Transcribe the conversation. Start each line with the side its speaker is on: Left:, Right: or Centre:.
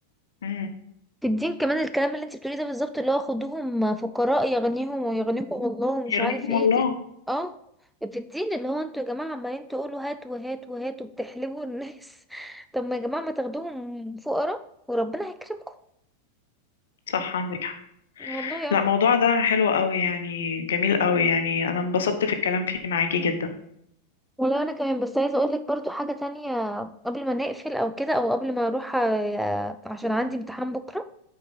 Left: مم.
Centre: في الدين كمان الكلام اللي انت بتقوليه ده بالظبط اللي هو خدوهم فقراء يغنيهم ويغنيكم الله ومش
Left: يغنيكم
Centre: عارف ايه
Left: الله
Centre: دي اه في الدين اللي هو انتوا يا جماعة عمالين تقولوا هات وهات وهات وبتحلبوا الناس <laughs> طب ما يا جماعة ما تاخدوهم فقراء وربنا هيكرمكم
Left: صح عندك حق
Centre: والله
Left: لا
Centre: اه
Left: موضوع ده حلو قوي يعني جميل قوي يعني انا انبسطت في الكلام فيه معاكي جدا
Centre: والله انا كمان بس عايزه اقول لك برضو حاجه تانية قبل ما نقفل او كده او قبل ما اروح آه، عشان عندي امتحان بكره